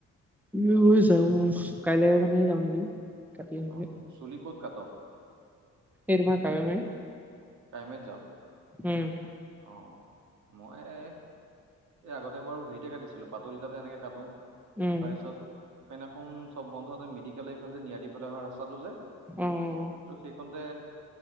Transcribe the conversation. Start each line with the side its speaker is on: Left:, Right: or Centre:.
Centre: ইয়ো যাওঁ কাইলে মানে যাওঁ নেকি কাটি আহিমগে
Right: অ চুলি ক'ত কাট
Centre: এই তোমাৰ কাৱৈমাৰি
Right: কাৱৈ মাৰিত যাওঁ
Centre: উম
Right: অ মই এ আগতে বাৰু হেৰিতে কাটিছিলো পাতোল তাতে এনেকে কাটো
Centre: উম,
Right: তাৰপিছত সেইদিনাখন চব বন্ধ মেডিকেল এইফাল যে নিয়াদি ফালে অহা ৰাস্তাটো যে
Centre: অ অ অ
Right: ত' সেই কণতে